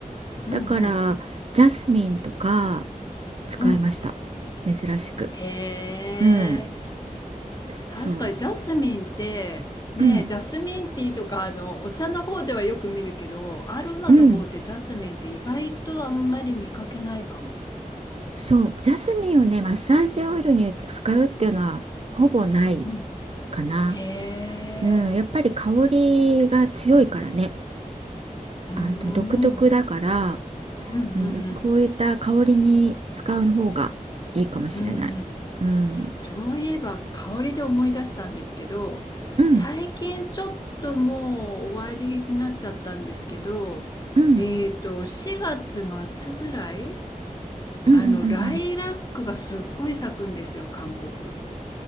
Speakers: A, on the left; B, on the right.
A: うんうん。
B: だからジャスミンとか使いました。
A: うん。
B: 珍しく。
A: へえ。
B: うん、そう、
A: 確かにジャスミンってねえジャスミンティーとかあのお茶の方ではよく見るけどアロマの方でジャスミンって意外とあんまり見かけないかも。
B: うん、うん、そう、ジャスミンをね、マッサージオイルに使うっていうのはほぼない。
A: うん。
B: かな。
A: へえ。
B: うん、やっぱり香りが強いからね。
A: うーん。
B: あの独特だから、
A: うんうんうん
B: うん、やっぱこういった香りに使う方がいいかもしれない。
A: うんうん
B: うん、
A: そういえば香りで思い出したんですけど最近ちょっともう終わりになっちゃったんですけどえっと4月末ぐらい
B: うん、うん、うん、
A: あの、
B: うん、うん、
A: ライラックがすっごい咲くんですよ、韓国。